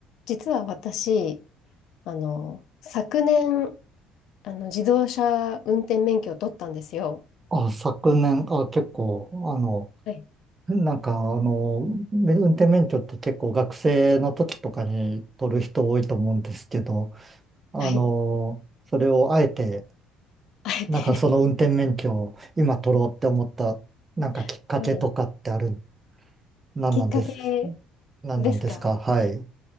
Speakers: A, on the left (about 70°); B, on the right (about 25°).
A: 実は私、あの、昨年、あの、自動車運転免許を取ったんですよ。
B: あ、昨年、あ、結構、あの、
A: はい。
B: なんか、あの、め運転免許って結構学生の時とかに取る人多いと思うんですけど、あの、
A: はい。
B: それをあえて、
A: <laughs> あえて
B: なんかその運転免許を今取ろうって思った、なんかきっかけとかってある、
A: <laughs> はい。
B: なんなんです、
A: きっかけ
B: なんなんですか、
A: ですか
B: はい。